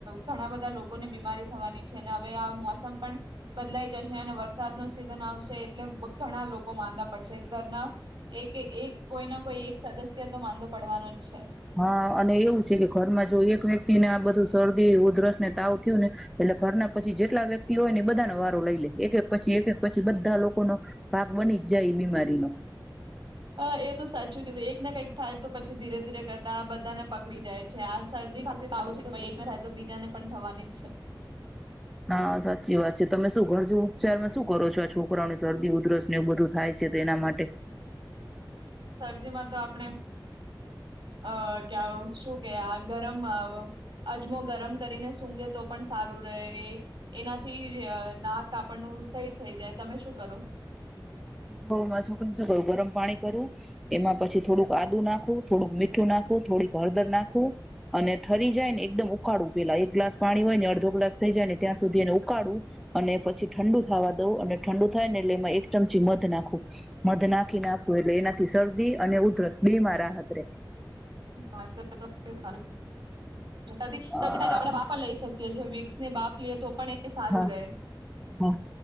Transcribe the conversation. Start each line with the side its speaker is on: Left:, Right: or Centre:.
Right: ઘણા બધા લોકોને બીમારી થવાની છે, અને હવે આ મોસમ પણ બદલાઈ જશે અને વરસાદનો સિઝન આવશે એટલે ઘણા લોકો માંદા પડશે. ઘરના એકએ એક કોઈના કોઈ એક સદસ્ય તો માંદો પડવાનો જ છે.
Centre: હા, અને એવું છે કે ઘરમાં જો એક વ્યક્તિને આ બધું શરદી ઉધરસ ને તાવ થ્યુને એટલે ઘરના પછી જેટલા વ્યક્તિ હોય ને એ બધાનો વારો લઈલે, એક એક પછી એક એક પછી બધા લોકોનો ભાગ બની જ જાય એ બીમારીનો.
Right: હા, એ તો સાચું કીધું એક ને કઈક થાય તો પછી ધીરે ધીરે કરતા આ બધાને પકડી જાય છે. આ શરદી ખસી તાવ છે એકને થાય તો બીજાને પણ થવાની જ છે.
Centre: હા સાચી વાત છે, તમે શું ઘરજુ ઉપચારમાં શું કરો છો આ છોકરાઓને શરદી ઉધરસ ને એવું બધું થાય છે તો એના માટે?
Right: શરદીમાં તો આપણે, અહ શું કે આ ગરમ <unintelligible> અજમો ગરમ કરીને સુંઘે તો પણ સારું રહે એ એનાથી નાક આપણનું સહી થઈ જાય, તમે શું કરો?
Centre: હું મારા છોકરાને શું કરું, ગરમ પાણી કરું એમાં પછી થોડુંક આદું નાખું, થોડુંક મીઠું નાખું, થોડીક હળદર નાખું, અને ઠરી જાય ને એકદમ ઉકાડુ પેલા એક ગ્લાસ પાણી હોયને અડધો ગ્લાસ થઈ જાય ને ત્યાં સુધી એને ઉકાડુ. અને પછી ઠંડુ
Right: હમ.
Centre: થવા દઉં અને ઠંડુ થાય ને એટલે એમાં એક ચમચી મધ <unintelligible> નાખું, મધ નાખીને આપું એટલે એનાથી શરદી અને ઉધરસ બેમાં રાહત રેય.
Right: <inaudible> શરદી, શરદી
Centre: હા
Right: થાય તો આપણે ભાપ પણ લઈ શકીએ. કે જે વિક્સ ને બાફ લઈએ તો પણ એ સારું
Centre: હા,
Right: રહે
Centre: હા,